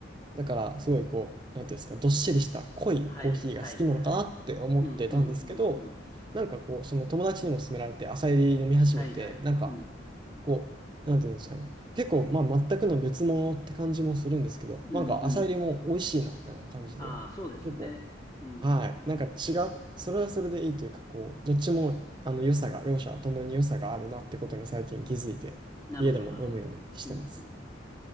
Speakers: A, on the right (about 25°); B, on the left (about 15°).
A: だから、すごいこう、なんていうんですか、どっしりした濃いコーヒーが好きなのかなって思ってたんですけど、
B: はいはいはい。うんうんうんうん。
A: なんかこう、その友達にも勧められて、朝入り飲み始めて、
B: はいはい。
A: なんか、
B: うん。
A: こう、なんていうんですかね。結構、まあ、全くの別物って感じもするんですけど、
B: うんうん
A: なんか浅入りも美味しいな、みたいな感じで、
B: ああ、そうですね。
A: 結構、
B: うん。
A: はい。なんか違う、それはそれでいいというか、こう、どっちも、あの、良さが、両者ともに良さがあるなってことに最近気づいて、
B: なるほど、
A: 家でも飲むようにしてます。
B: なるほど。うんうん。